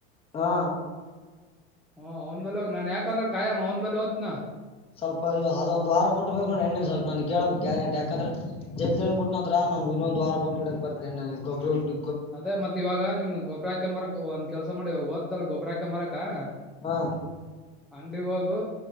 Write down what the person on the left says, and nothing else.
ಹಾ
ಸ್ವಲ್ಪ ಅದೊಂದ್ ವಾರ ಬಿಟ್ಬೇಕು್ರ ಹೆಣ್ಣ ಸ್ವಲ್ಪ ನನ್ಗೆೇಳಬೇಕಕ್ ಗ್ಯಾರಂಟಿ ಯಾಕಂದ್ರೆ ಜೈಲ್ಳಿ ಬಿುಟ್ಟ ನ ಹತ್ರ ನಾನು ಇನ್ನಂದು ವಾರ ಬಿುಡಕ್ ಬರ್ನೆ ನಾನು ಗೊಬರುಟ್ಟ
ಹಾ